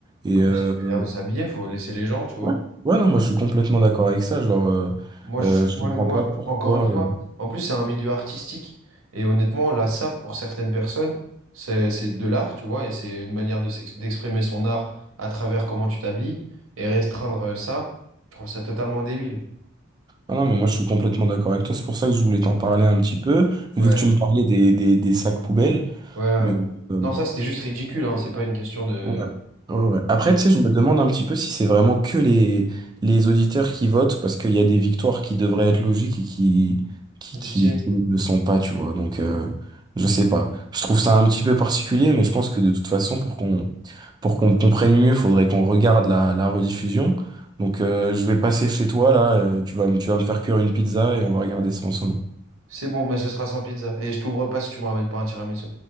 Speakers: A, on the right; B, on the right.
A: Et,
B: Ouais,
A: euh,
B: mais c'est une manière de s'habiller, faut laisser les gens, tu vois.
A: Ouais, Ouais, non, moi je suis complètement d'accord avec ça. Genre, euh,
B: Moi,
A: euh,
B: je-
A: je
B: moi,
A: comprends
B: moi,
A: pas pourquoi.
B: encore une fois,
A: euh,
B: en plus, c'est un milieu artistique. Et honnêtement, la sape, pour certaines personnes, c'est, c'est de l'art, tu vois, et c'est une manière de s'ex- d'exprimer son art à travers comment tu t'habilles. Et restreindre euh, ça, je trouve ça totalement débile.
A: Ah non, mais moi je suis complètement d'accord avec toi. C'est pour ça que je voulais t'en parler un petit peu, vu
B: Ouais,
A: que tu me parlais des, des, des sacs poubelles.
B: ouais, ouais.
A: Mais euh,
B: Non, ça, c'était juste ridicule, hein, c'est pas une question de...
A: Ouais. Ouais, ouais. Après,
B: Mais
A: tu sais, je me demande un petit peu si c'est vraiment que les, les auditeurs qui votent, parce qu'il y a des victoires qui devraient être logiques et qui, qui,
B: du
A: qui,
B: style,
A: qui ne le sont pas, tu vois. Donc, euh, je sais pas. Je trouve ça un petit peu particulier, mais je pense que de toute façon, pour qu'on pour qu'on comprenne mieux, faudrait qu'on regarde la, la rediffusion. Donc, euh, je vais passer chez toi, là, euh, tu vas, me- tu vas me faire cuire une pizza et on va regarder ça ensemble.
B: c'est bon, mais ce sera sans pizza. Et je t'ouvre pas si tu me ramènes pas un tiramisu.